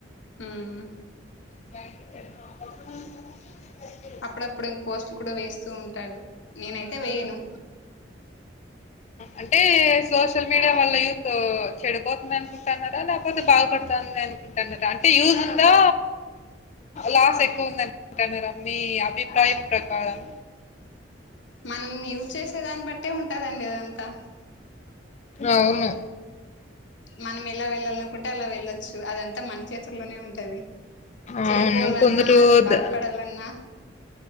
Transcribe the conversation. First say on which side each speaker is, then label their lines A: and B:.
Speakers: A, on the left; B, on the left.
A: ఉమ్
B: బ
A: అప్పుడప్పుడు ఇంక పోస్ట్లు కుడా వేస్తూ ఉంటాడు నేనైతే వేయను
B: అంటే సోషల్ మీడియా వల్ల యూత్ చెడిపోతుంద అనుకుంటున్నారా లేకపోతే బాగుపడుతాంది అనుకుంటున్నారా అంటే యూజ్ ఉందా లాస్ ఎక్కువ ఉంది అంటున్నారా మీ అభిప్రాయం ప్రకారం
A: మనం యూజ్ చేసే దాన్ని బట్టే ఉంటదండి అదంతా
B: అవును
A: మనం ఎలా వెళ్ళాలనుకుంటే అలా వెళ్లొచ్చు అదంతా మన చేతుల్లోనే ఉంటుంది ఉంటది
B: అవును.
A: చెడిపోవాలన్నా
B: కొందరు
A: అది బాగుపడాలన్నా
B: ద